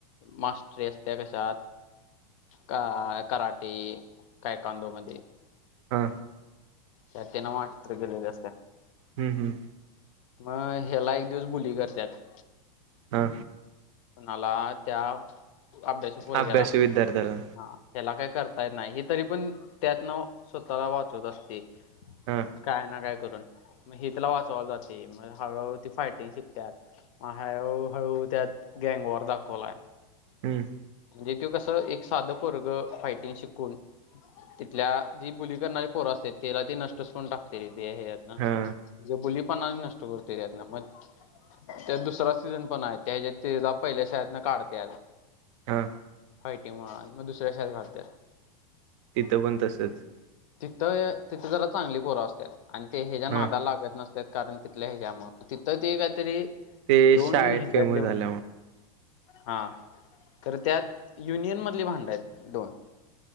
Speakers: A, on the left; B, on the right.
A: मास्रस त्या कशात. अ कराटे काय कांदो मध्ये
B: हा.
A: चटे न मात गेलेली असते.
B: हम् हम्.
A: मग ह्याला एक दिवस बुली करतात.
B: हा.
A: कोणाला त्या अभ्यास फोरग्याला
B: अभ्यासू विद्यार्थ्याला.
A: हा त्याला काय करतायेत नाही हे तरी पण त्यातनं स्वतःला वाचवत असते.
B: हा.
A: काय ना काय करून मग हिथला वाचवाला जाते मग हळूहळू ती फायटिंग शिकतात. हा हळूहळू त्यात गँंगवॉर दाखवलाय.
B: हम्म.
A: म्हणजे ते कसं एक साधं प वर्ग फायटिंग शिकून तिथल्या जी बुली करणारी पोरं असते त्याला ते नष्टच कोण टा. ना म्हणे
B: हा
A: बुलीपणा नष्ट करतो. मग त्या दुसरा सीझन पण आहे त्याच्या तेला पहिल्या शाळेतन काढते.
B: हा.
A: हय टी म मग दुसऱ्या साईड घालते.
B: तिथं पण तसच.
A: तिथं तिथे जला चांगली पोरं असतात आणि ते ह्या ज्या नादाला
B: हा
A: लागत नसत. कारण तिथल्या ह्याज्यामु तिथं ते काहीतरी
B: ते
A: दोन
B: शाळेत
A: हज्यातले
B: फेमस
A: म्हणार.
B: झाल्यामुळे
A: हा तर त्यात युनियन मधली भांड आहेत दोन